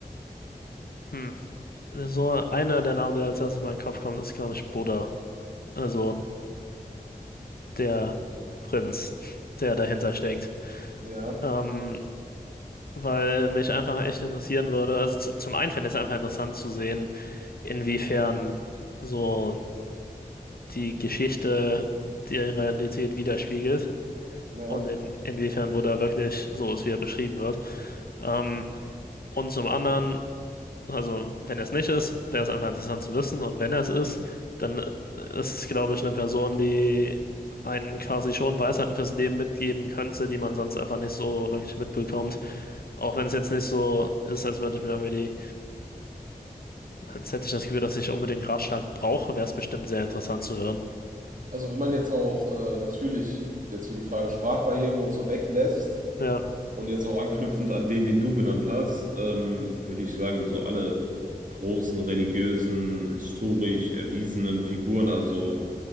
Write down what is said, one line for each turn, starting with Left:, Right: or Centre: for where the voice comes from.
Left: hm. So einer der Namen, der als erstes mal in den Kopf kommt, ist, glaube ich, Buddha. Also der
Right: Mhm.
Left: Prinz, der dahinter steckt.
Right: Ja,
Left: Ähm, weil mich einfach echt interessieren würde. Also zu, zum einen fände ich es einfach interessant zu sehen, inwiefern so die Geschichte die Realität widerspiegelt.
Right: ja.
Left: Und in, inwiefern Buddha wirklich so ist, wie er beschrieben wird. Ähm, und zum anderen Also, wenn er es nicht ist, wäre es einfach interessant zu wissen. Und wenn er es ist, dann äh, ist es, glaube ich, eine Person, die einen quasi schon Weisheiten fürs Leben mitgeben könnte, die man sonst einfach nicht so wirklich mitbekommt. Auch wenn es jetzt nicht so ist, als würde ich mir irgendwie die, als hätte ich das Gefühl, dass ich unbedingt Ratschlag brauche, wäre es bestimmt sehr interessant zu hören.
Right: Also wenn man jetzt auch äh, natürlich jetzt für die Frage Sprachbarrieren und so weglässt,
Left: Ja,
Right: Und jetzt auch anknüpfend an den, den du genannt hast, ähm, würde ich sagen, so alle großen religiösen, historisch erwiesenen Figuren, also